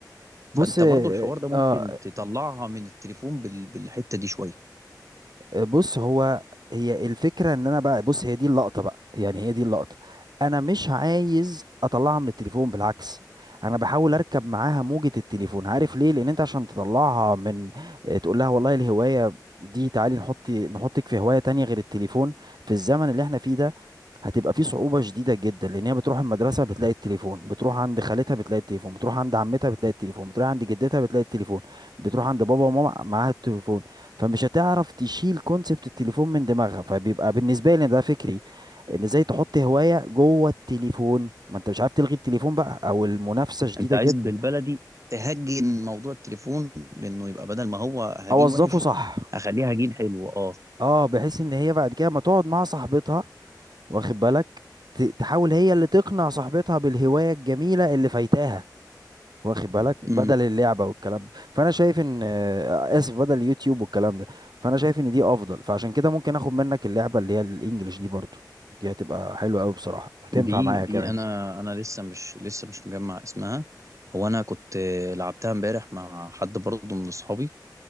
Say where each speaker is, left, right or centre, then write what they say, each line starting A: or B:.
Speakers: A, on the right; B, on the right.
A: بص
B: فانت برضو الحوار ده
A: اه
B: ممكن تطلعها من التليفون بال... بالحته دي شويه
A: بص هو هي الفكرة ان انا بقى بص هي دي اللقطة بقى يعني هي دي اللقطة انا مش عايز اطلعها من التليفون بالعكس انا بحاول اركب معاها موجة التليفون عارف ليه لان انت عشان تطلعها من آه، تقول لها والله الهواية دي تعالي نحط نحطك في هواية تانية غير التليفون في الزمن اللي احنا فيه ده هتبقى في صعوبة شديدة جدا لأن هي بتروح المدرسة بتلاقي التليفون بتروح عند خالتها بتلاقي التليفون بتروح عند عمتها بتلاقي التليفون بتروح عند جدتها بتلاقي التليفون بتروح عند بابا وماما معاها التليفون فمش هتعرف تشيل كونسبت التليفون من دماغها فبيبقى بالنسبة لي ده فكري إن إزاي تحط هواية جوه التليفون ما أنت مش عارف تلغي التليفون بقى أو المنافسة شديدة
B: انت عايز
A: جدا
B: بالبلدي تهجن موضوع التليفون لانه يبقى بدل ما هو هجين
A: أوظفه
B: وحش
A: صح
B: هخليه هجين حلو اه
A: أه بحيث إن هي بعد كده ما تقعد مع صاحبتها واخد بالك ت- تحاول هي اللي تقنع صاحبتها بالهواية الجميلة اللي فايتاها واخد بالك بدل
B: امم
A: اللعبه والكلام ده فانا شايف ان آه، اسف بدل اليوتيوب والكلام ده فانا شايف ان دي افضل فعشان كده ممكن اخد منك اللعبه اللي هي الانجليش دي برضو دي هتبقى حلوه قوي بصراحه هتنفع
B: دي
A: معايا
B: دي
A: كمان
B: انا انا لسه مش لسه مش مجمع اسمها هو انا كنت آه، لعبتها امبارح مع حد برضه من اصحابي